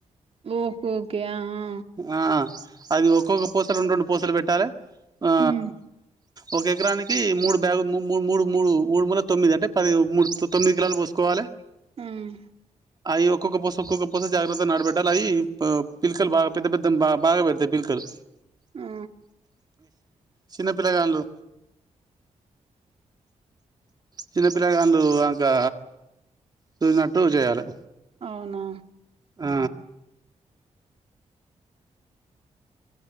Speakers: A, on the right; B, on the right.
A: ఓకే ఓకే ఆ ఆ
B: ఆ అది ఒక్కొక్క పూస రెండు రెండు పూస్లు పెట్టాలి ఆ
A: హ్మ్
B: ఒక ఎకరానికి మూడు బ్యాగు మూడు మూడు మూడు మూడు మూల తొమ్మిది అంటే పది మూడు తొమ్మిది ఎకరాలు పోసుకోవాలి
A: మ్మ్
B: అయ్ ఒక్కొక్క బస్ ఒక్కోక కోస జాగ్రత్తగా నాడుబెట్టాలి అవి పిలకలు బాగా పెద్ద పెద్ద బా బాగా పెడతయి పిలకలు
A: ఆ
B: చిన్నపిల్లగాళ్లు చిన్న పిల్లగాళ్లు ఇంకా చూసినట్టు చేయాలి
A: అవునా
B: ఆ